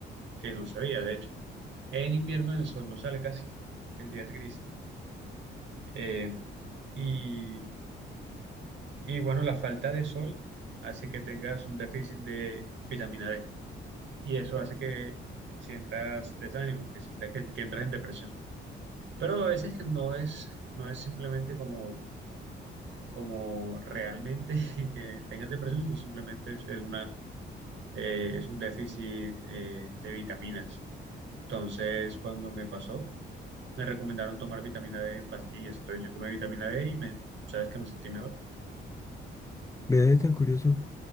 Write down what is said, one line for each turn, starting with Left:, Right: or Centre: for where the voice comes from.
Right: que no sabía, de hecho. En invierno el sol no sale casi, el día es gris. Eh, y, y bueno, la falta de sol hace que tengas un déficit de vitamina D y eso hace que sientas desánimo, que sientas que, que entras en depresión. Pero a veces que no es, no es simplemente como, como realmente <laughs> que tengas depresión, sino simplemente es, es una, eh, es un déficit eh, de vitaminas. Entonces, cuando me pasó, Me recomendaron tomar vitamina D en pastillas, entonces yo tomé vitamina D y me, sabes que me sentí mejor.
Left: me ve tan curioso.